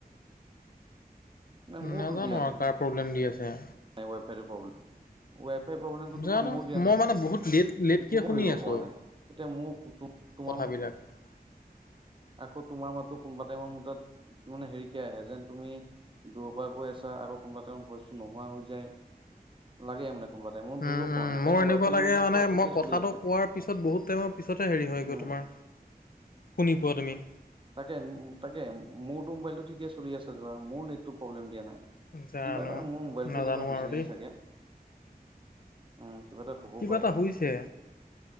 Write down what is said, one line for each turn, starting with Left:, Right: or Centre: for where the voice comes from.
Right: নাই মোৰতো
Left: নাজানো
Right: দিয়া
Left: আৰু কাৰ প্ৰব্লেম দি আছে
Right: নাই ৱাই ফাইটো প্ৰব্লেম ৱাই ফাইৰ প্ৰব্লেমটো
Left: জানো
Right: তোমাৰ মোৰ দিয়া
Left: মই
Right: নাই
Left: মানে বহুত লেট লেটকৈ
Right: মোৰ
Left: শুনি
Right: ধৰিব
Left: আছোঁ
Right: পৰা নাই এতিয়া মোৰ তোমাৰ
Left: কথাবিলাক <unintelligible>
Right: আকৌ তোমাৰ মাততো কোনোবা টাইমত মোৰ তাত মানে হেৰিকে আহে যেন তুমি দূৰৰ পৰা কৈ আছা আকৌ কোনোবা তেওঁৰ ভইচটো নোহোৱা হৈ যা য় লাগেই মানে কোনোবা টাইমত মই ধৰিব
Left: উম
Right: পৰা
Left: উম
Right: নাই
Left: মোৰ
Right: কিন্তু
Left: এনেকোৱা
Right: ৱাই ফাই
Left: লাগে
Right: মোৰতো
Left: মানে
Right: পুৰা ঠিকেই
Left: মই কথাটো
Right: চলি আছে
Left: কোৱাৰ পিছত বহুত টাইমৰ পিছতহে হেৰি হয় গৈ
Right: উম।
Left: তোমাৰ শুনি পোৱা তুমি
Right: তাকে তাকে মোৰতো মোবাইলটো ঠিকে চলি আছে ধৰা মোৰ নেটটো প্ৰব্লেম দিয়া নাই
Left: জানো
Right: কিবা এটা মোৰ মোবাইলটোৱে
Left: নাজানো
Right: কিবা হৈছে
Left: আৰু দেই
Right: নেকি চাগে উম কিবা এটা হবও
Left: কিবা
Right: পাৰে
Left: এটা হৈছে